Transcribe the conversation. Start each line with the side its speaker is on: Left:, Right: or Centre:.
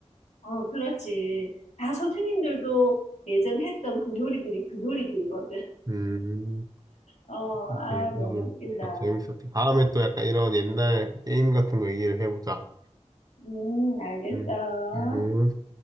Left: 어, 그렇지. 다 선생님들도 예전 했던 그 놀이들이 그 놀이들이거든.
Right: 음,
Left: 어,
Right: 오케이.
Left: 아, 너무
Right: 오늘
Left: 웃긴다.
Right: 아, 재밌었지. 다음에 또 약간 이런 옛날 게임 같은 거 얘기를 해보자.
Left: 음, 알겠어.
Right: 음, 음.